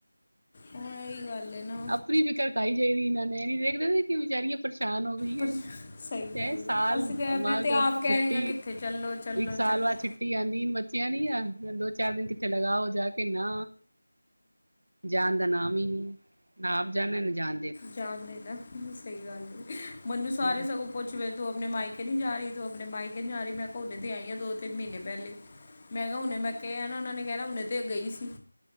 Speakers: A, on the left (about 25°); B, on the right (about 85°).
A: ਹੁਣ ਇਹੀ ਗੱਲ ਹੈ ਨਾ
B: ਆਪਣੀ ਫਿਕਰਕਾਈ ਜਾਈ ਰ ਇਹਨਾਂ ਨੇ ਨੀ ਦੇਖਦੇ। ਬੇਚਾਰੀਆਂ ਪਰੇਸ਼ਾਨ ਹੋ ਗਈਆਂ,
A: ਪਰ ਸਹੀ ਗੱਲ
B: ਸਾਲ
A: ਹੈ ਅਸੀਂ ਤਾਂ
B: ਛੁੱਟੀ
A: ਮੈਂ ਤੇ ਆਪ ਕਹਿ ਰਹੀ ਹਾਂ ਕਿੱਥੇ ਚੱਲੋ ਚੱਲੋ
B: ਇੱਕ ਸਾਲ
A: ਚੱਲੋ
B: ਬਾਅਦ ਛੁੱਟੀ ਆਦੀ ਬੱਚਿਆਂ ਦੀ ਆ ਦੋ ਚਾਰ ਦਿਨ ਕਿੱਥੇ ਲਗਾ ਹੋ ਜਾ ਕਿੰਨਾ ਜਾਣ ਦਾ ਨਾ ਨਾ ਆਪ ਜਾਣਾ, ਨਾ ਜਾ
A: ਜਾਣਦੇ ਦਾ ਇਹ ਸਹੀ ਗੱਲ ਹੈ। ਮੈਨੂੰ ਸਾਰੇ
B: ਹੂੰ
A: ਸਗੋਂ ਪੁੱਛਵੇ ਤੂੰ ਆਪਣੇ ਮਾਈਕੇ ਨਹੀਂ ਜਾ ਰਹੀ, ਤੂੰ ਆਪਣੇ ਮਾਈਕੇ ਨੀ ਜਾ ਰਹੀ। ਮੈਂ ਕਿਹਾ ਹੂਨੇ ਤੇ ਆਈ ਹਾਂ, ਦੋ-ਤਿੰਨ ਮਹੀਨੇ ਪਹਿਲੇ। ਮੈਂ ਕਿਹਾ ਹੁਨ ਮੈਂ ਕਿਹਾ ਉਹਨਾਂ ਨੇ ਕਹਿਣਾ ਹੁਣੇ ਤੇ ਇਹ ਗਈ ਸੀ।